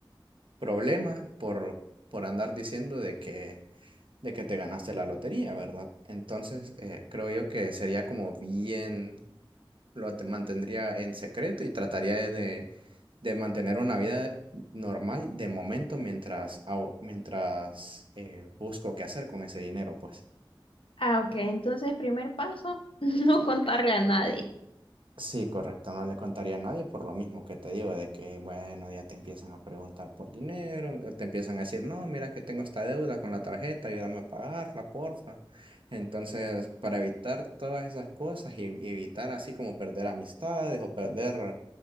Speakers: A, on the right; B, on the left.
A: problemas por, por andar diciendo de que, de que te ganaste la lotería, ¿verdad? Entonces, eh, creo yo que sería como bien, lo te mantendría en secreto y trataría de, de- de mantener una vida normal de momento mientras, hago- mientras eh, busco qué hacer con ese dinero, pues.
B: Ah, ok, entonces primer paso, <laughs> no contarle a nadie.
A: Sí, correcto, no le contaría a nadie por lo mismo que te digo, de que, bueno, ya te empiezan a preguntar por dinero, te empiezan a decir, no, mira que tengo esta deuda con la tarjeta, ayúdame a pagarla, porfa. Entonces, para evitar todas esas cosas y y evitar así como perder amistades o perder